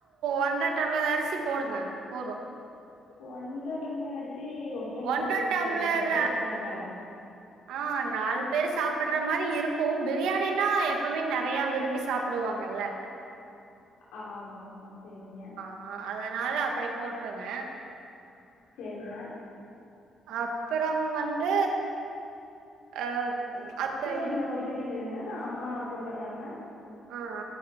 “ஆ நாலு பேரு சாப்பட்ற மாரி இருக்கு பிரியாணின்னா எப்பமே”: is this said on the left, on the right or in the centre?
Right